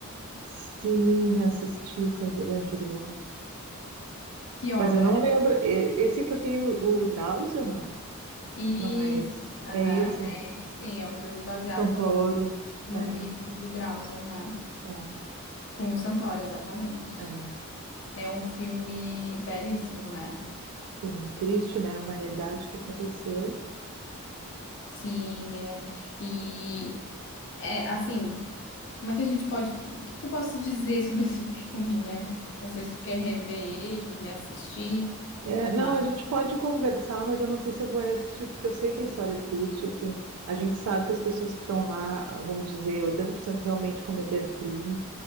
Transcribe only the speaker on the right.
Sim, assisti o Carandiru.
Mas eu não
lembro. E- Esse que eu tenho, o Drauzio, não.
Não é esse.
É esse,
né?
Santoro.
É,
é,
é.
Sim, triste, né? Uma realidade que aconteceu.
É,
não, a gente pode conversar, mas eu não sei se eu vou assistir, porque eu sei que a história é triste, assim, a gente sabe que as pessoas que estão lá, vamos dizer, 80% realmente cometeram crime,